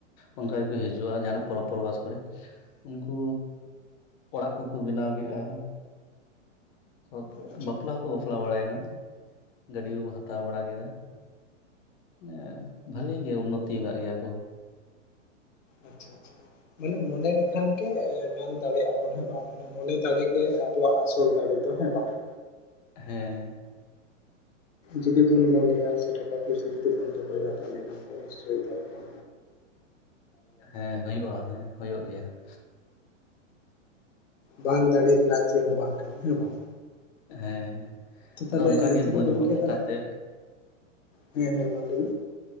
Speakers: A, on the left; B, on the left.
A: ᱚᱱᱠᱟ ᱜᱮᱠᱚ ᱦᱤᱡᱩᱜᱼᱟ ᱡᱟᱦᱟᱸ ᱱᱟᱜ ᱯᱚᱨᱚᱵᱽ ᱯᱚᱨᱚᱵᱽ ᱯᱚᱨᱵᱟᱥ ᱠᱚᱨᱮ ᱩᱱᱠᱩ ᱚᱲᱟᱜ ᱠᱚᱠᱚ ᱵᱮᱱᱟᱣ ᱠᱮᱜᱼᱟ ᱾ ᱥᱟᱶᱛᱮ
B: ᱟᱪᱪᱷᱟ
A: ᱵᱟᱯᱞᱟ ᱦᱚᱸᱠᱚ ᱵᱟᱯᱞᱟ ᱵᱟᱲᱟᱭᱱᱟ ᱜᱟᱹᱰᱤ ᱠᱚᱠᱚ ᱦᱟᱛᱟᱣ ᱵᱟᱲᱟ ᱠᱮᱫᱟ ᱾ ᱢᱟᱱᱮ ᱵᱷᱟᱹᱞᱤ ᱜᱮ ᱩᱱᱱᱚᱛᱤᱣ ᱠᱟᱜ ᱜᱮᱭᱟ ᱠᱚ ᱾
B: ᱟᱪᱪᱷᱟ ᱟᱪᱪᱷᱟ ᱢᱟᱱᱮ ᱢᱚᱱᱮ ᱞᱮᱠᱷᱟᱱ ᱜᱮ ᱜᱟᱱ ᱫᱟᱲᱮᱭᱟᱜᱼᱟ ᱵᱚᱱ ᱦᱮᱸ ᱵᱟᱝ ᱾ ᱢᱚᱱᱮ ᱫᱟᱲᱮ ᱜᱮ ᱟᱵᱚᱣᱟᱜ ᱟᱥᱚᱞ ᱫᱟᱲᱮ ᱫᱚ ᱦᱮᱸ ᱵᱟᱝ ᱾
A: ᱦᱮᱸ
B: ᱡᱩᱫᱤ ᱵᱚᱱ ᱢᱚᱱᱮᱭᱟ ᱥᱮ ᱴᱟᱠᱟ ᱯᱩᱭᱥᱟ ᱡᱩᱫᱤ ᱵᱚᱱ ᱫᱚᱦᱚᱭᱟ ᱛᱟᱦᱚᱞᱮ ᱠᱷᱟᱱ ᱫᱚ ᱚᱵᱚᱥᱥᱳᱭ ᱜᱟᱱᱚᱜ-ᱟ ᱾
A: ᱦᱮᱸ ᱦᱩᱭᱩᱜᱼᱟ ᱦᱮᱸ ᱦᱩᱭᱩᱜ ᱜᱮᱭᱟ ᱾
B: ᱵᱟᱝ ᱫᱟᱲᱮ ᱨᱮᱱᱟᱜ ᱪᱮᱜ ᱦᱚᱸ ᱵᱟᱝ ᱠᱟᱱᱟ ᱦᱮᱸ ᱵᱟᱝ ᱾
A: ᱦᱮᱸ ᱟᱫᱚ
B: ᱛᱟᱦᱚᱞᱮ
A: ᱚᱱᱠᱟ ᱜᱮ
B: ᱛᱟᱦᱚᱞᱮ
A: ᱵᱩᱡᱽ
B: ᱜᱚᱝᱠᱮ
A: ᱵᱩᱱ
B: ᱛᱟᱦᱚᱞᱮ
A: ᱠᱟᱛᱮᱜ
B: ᱦᱮᱸ ᱦᱮᱸ ᱢᱟ ᱞᱟᱹᱭ ᱢᱮ ᱾